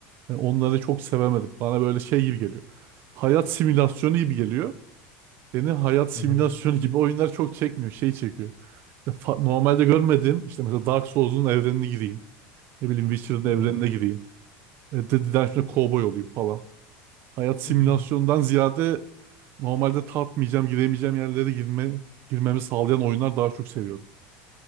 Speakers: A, on the right (about 40°); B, on the left (about 30°).
A: Yani onları çok sevemedim. Bana böyle şey gibi geliyor. Hayat simülasyonu gibi geliyor. Beni hayat simülasyonu
B: Hı hı.
A: gibi oyunlar çok çekmiyor. Şey çekiyor. İşte fa- Normalde görmedim. işte mesela Dark Souls'un evrenine gireyim. Ne bileyim Witcher'ın evrenine
B: Hı hı.
A: gireyim. E, Dead şimdi kovboy olayım falan. Hayat simülasyondan
B: <laughs>
A: ziyade normalde tatmayacağım, giremeyeceğim yerlere girme, girmemi sağlayan oyunlar daha çok seviyorum.